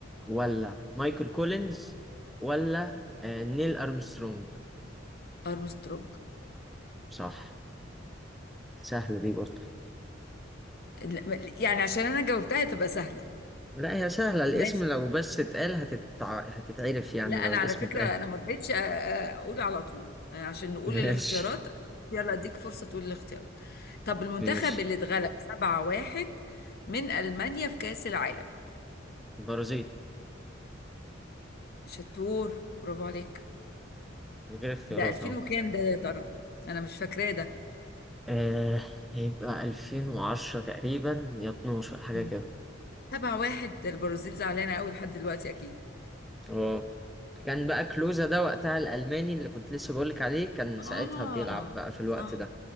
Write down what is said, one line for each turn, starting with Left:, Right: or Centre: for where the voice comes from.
Centre: ولا مايكل كولينز ولا آه، نيل أرمسترونج
Left: ارمسترونج
Centre: صح سهلة دي برضه
Left: لا، يعني عشان انا جاوبتها تبقى سهله
Centre: لا هي سهلة الاسم
Left: ماشي
Centre: لو بس اتقال هتتع... هتتعرف يعني
Left: لا انا
Centre: لو الاسم
Left: على فكره
Centre: اتقال
Left: انا ما رضيتش أ- أ- اقول على طول يعني عشان
Centre: <laughs>
Left: نقول
Centre: ماشي
Left: الاختيارات يلا اديك فرصه تقول الاختيارات طب المنتخب
Centre: ماشي
Left: اللي اتغلب 7-1 من المانيا في كاس العالم
Centre: البرازيل
Left: شطور برافو عليك
Centre: من غير اختيارات
Left: ده 2000
Centre: اهو
Left: وكام ده يا ترى انا مش فاكراه ده
Centre: آه هيبقى 2010 تقريبا يا 12 حاجة
Left: <laughs>
Centre: كده
Left: 7-1 ده البرازيل زعلانه قوي لحد دلوقتي اكيد
Centre: اه كان بقى كلوزا ده وقتها الألماني اللي كنت لسه بقولك عليه كان
Left: اه
Centre: ساعتها بيلعب بقى في الوقت
Left: صح
Centre: ده